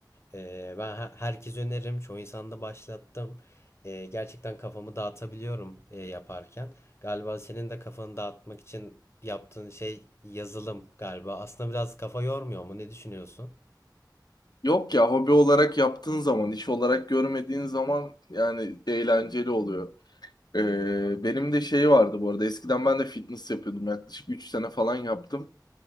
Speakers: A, on the left (about 35°); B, on the left (about 65°).
A: Ee, ben he- herkes öneririm. Çoğu insanda başlattım. Ee, gerçekten kafamı dağıtabiliyorum e, yaparken. Galiba senin de kafanı dağıtmak için yaptığın şey yazılım galiba. Aslında biraz kafa yormuyor mu? Ne düşünüyorsun?
B: Yok ya hobi olarak yaptığın zaman, iş olarak görmediğin zaman yani eğlenceli oluyor. Ee, benim de şey vardı bu arada. Eskiden ben de fitness yapıyordum. Yaklaşık 3 sene falan yaptım.